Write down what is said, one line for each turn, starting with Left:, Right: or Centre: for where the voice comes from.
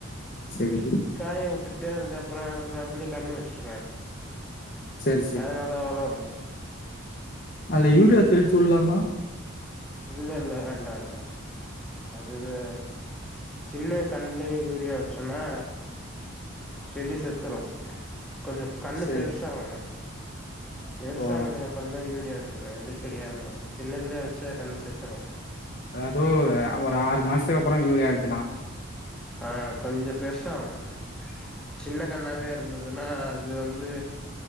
Left: சரி.
Centre: காய வுட்டுட்டு அதுக்கப்புறோ அதுல அப்படியே கன்னு வெச் சொல்லுங்க
Left: சரி
Centre: அதனால வளரு
Left: அல்ல யூரியா தெளிச்சு வுட்லாமா
Centre: இல்ல இல்ல வேண்டா வேண்டா அது வே சின்ன கன் இதுல யூரியா வெச்சோன்னா செடி செத்துரோ கொஞ்சோ கன்னு
Left: சரி
Centre: பெருசாகணு பெருசானதுக்கு
Left: ஓ
Centre: அப்புறோ தா யூரியா எந்த செடியா இருந்தாலு சின்னதுலய வச்சா கன்னு செத்துரு
Left: அதாவுது ஒரு ஒரு ஆறு மாசத்துக்கு அப்புறோ யூரியா வெக்கலா
Centre: ஆஹ் கொஞ்சோ பெருசா ஆவணு சின்ன கன்னாவே இருந்ததுன்னா அது வந்து